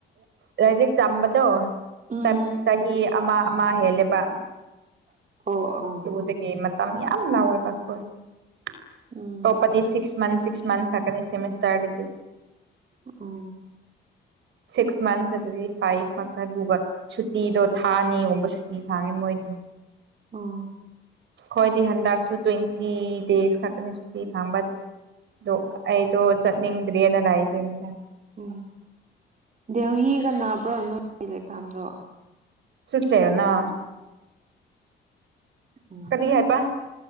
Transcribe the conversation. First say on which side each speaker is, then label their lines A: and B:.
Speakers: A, on the right (about 70°); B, on the right (about 40°).
A: ꯂꯥꯏꯔꯤꯛ ꯇꯝꯕꯗꯣ
B: ꯎꯝ
A: ꯁꯝ ꯆꯍꯤ ꯑꯃ ꯑꯃ ꯍꯦꯜꯂꯦꯕ
B: ꯑꯣ ꯑꯣ
A: ꯑꯗꯨꯗꯒꯤ ꯃꯇꯝ ꯌꯥꯝ ꯂꯥꯎꯋꯦꯕꯀꯣ ꯑꯇꯣꯞꯄꯗꯤ
B: ꯎꯝ
A: ꯁꯤꯛꯁ ꯃꯟꯊ ꯁꯤꯛꯁ ꯃꯟꯊ ꯈꯛꯇꯅꯦ ꯁꯦꯃꯤꯁꯇꯔꯗꯗꯤ
B: ꯑꯣꯑꯣ
A: ꯁꯤꯛꯁ ꯃꯟꯊ ꯑꯗꯨꯗꯤ ꯐꯥꯏꯐ <unintelligible> ꯁꯨꯇꯤꯗꯣ ꯊꯥꯑꯅꯤꯒꯨꯝꯕ ꯁꯨꯇꯤ ꯊꯥꯡꯅꯤ ꯃꯣꯏꯗꯤ
B: ꯑꯣ
A: ꯈꯣꯏꯗꯤ ꯍꯟꯗꯛꯁꯨ ꯇ꯭ꯋꯦꯟꯇꯤ ꯗꯦꯁ ꯈꯛꯀꯅꯤ ꯁꯨꯇꯤ ꯐꯪꯕ ꯗꯣ ꯑꯩꯗꯣ ꯆꯠꯅꯤꯡꯗ꯭ꯔꯦꯅ ꯂꯥꯏꯕꯅꯤꯗ
B: ꯎꯝ ꯗꯦꯜꯍꯤꯒ ꯅꯥꯕ꯭ꯔꯣꯅ ꯂꯩꯐꯝꯥꯗꯣ
A: ꯁꯨꯠꯂꯔ ꯅ
B: ꯎꯝ
A: ꯀꯔꯤ ꯍꯥꯏ ꯄ